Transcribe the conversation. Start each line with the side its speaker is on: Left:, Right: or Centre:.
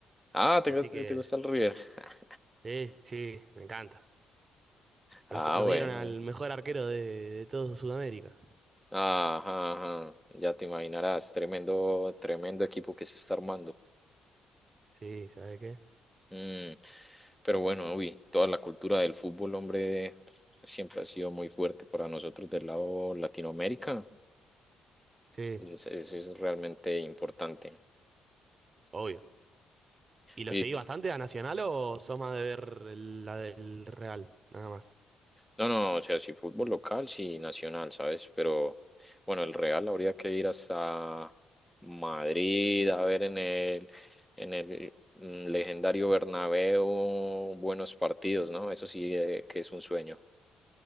Centre: Ah, ¿te
Right: Así
Centre: gusta,
Right: que,
Centre: te gusta el River? <laughs>
Right: sí, sí, me encanta.
Centre: Ah,
Right: Nos, nos
Centre: bueno.
Right: dieron al mejor arquero de, de todo Sudamérica.
Centre: Ajá, ajá. Ya te imaginarás, tremendo, tremendo equipo que se está armando.
Right: Sí, ¿sabes qué?
Centre: Mm, pero bueno, uy, toda la cultura del fútbol, hombre, siempre ha sido muy fuerte para nosotros del lado Latinoamérica.
Right: Sí.
Centre: Es, es, es realmente importante.
Right: Obvio. ¿Y lo
Centre: Oye,
Right: seguís
Centre: tú-
Right: bastante a Nacional o sos más de ver el- la del Real? Nada más.
Centre: no, no, o sea, sí fútbol local, sí nacional, ¿sabes? Pero bueno, el Real habría que ir hasta Madrid a ver en el, en el mm, legendario Bernabéu buenos partidos, ¿no? Eso sí, eh, que es un sueño.